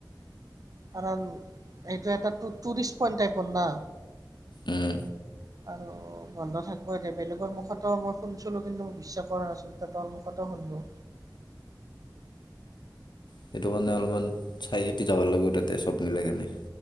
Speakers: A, on the right; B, on the left.
A: কাৰণ সেইটো এটা টু টুৰিষ্ট পইন্ট টাইপত না
B: উম
A: আৰু বন্ধ থাকিব এতিয়া বেলেগৰ মুখতো মই শুনছিলো কিন্তু মোক বিশ্বাস কৰা নাছিলো ততৰ মুখতো শুনলো
B: সেইটো কাৰণে অলপমান চাই চিতি যাব লাগিব তাতে চব মিলাই কেনে